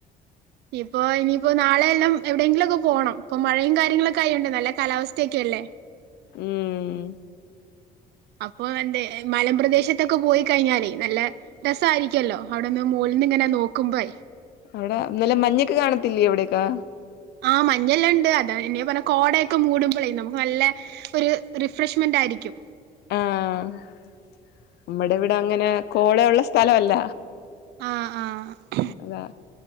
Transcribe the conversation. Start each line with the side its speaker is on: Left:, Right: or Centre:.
Right: ഇപ്പൊ. ഇനി ഇപ്പൊ നാളെയ എല്ലാം എവിടെയെങ്കിലുംക്കെ പോണം ഇപ്പൊ മഴയും കാര്യങ്ങളൊക്കെ ആയിുണ്ട് നല്ല കാലാവസ്ഥയൊക്കെ അല്ലേ..
Left: ഉം.......
Right: അപ്പൊ എന്ത മലംപ്രദേശത്തൊക്കെ പോയി കഴിഞ്ഞാല്നല്ല രസമായിരിക്കല്ലോ അവിടെന്ന്. ഇങ്ങനെയാ നോക്കുമ്പോ.
Left: അവിടെന്നല്ലെ മഞ്ഞൊക്കെ കാണത്തില്ല എവിടെേക്കാ........
Right: ആ മഞ്ഞെല്ലാം ഉണ്ട് അതാ എന്നന്നെ പറഞ്ഞ കോടയൊക്കെ മൂടുമ്പോേ നമുക്ക് നല്ല ഒരു റിഫ്രഷ്മെന്റ് ആയിരിക്കും.
Left: ആ നമ്മടെ ഇവിടെ അങ്ങനെ കോള ഉള്ള സ്ഥലല്ല......
Right: ആഹ് ആഹ്
Left: അതാ.